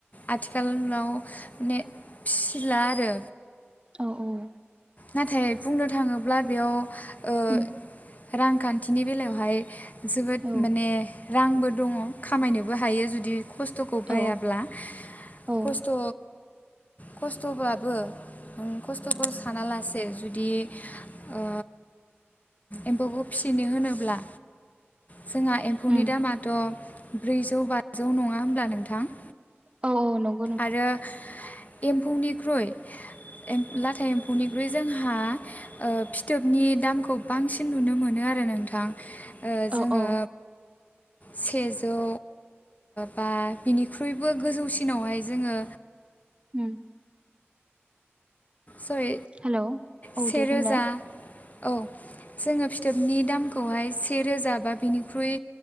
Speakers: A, on the left; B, on the right.
A: आथिखालाव माने फिसिला आरो
B: औ औ
A: नाथाय बुंनो थाङोब्ला बेयाव ओ
B: उम
A: रांखान्थिनि बेलायावहाय जोबोद
B: औ
A: माने रांबो दङ खामायनोबो हायो जुदि खस्थ'खौ
B: औ
A: बायाब्ला
B: औ
A: खस्थ' खस्थ'ब्लाबो खस्थ'फोर सानालासे जुदि ओ एम्फौखौ फिसिनो होनोब्ला जोंहा एम्फौनि
B: उम
A: दामाथ' ब्रैजौ बाजौ नङा होनोमब्ला नोंथां
B: औ औ नं
A: आरो एम्फौनिख्रुइ एम लाथा एम्फौनिख्रुइ जोंहा ओ फिथोबनि दामखौ बांसिन नुनो मोनो आरो नोंथां ओ
B: औ
A: जोंङो
B: औ
A: सेजौ बा बिनिख्रुइबो गोजौसिनावहाय जोंङो
B: अम
A: सरि
B: हेलौ औ
A: सेेरोजा
B: दे बुंलाय
A: औ जोंङो फिथोबनि दामखौहाय से रोजा बा बिनिख्रुइ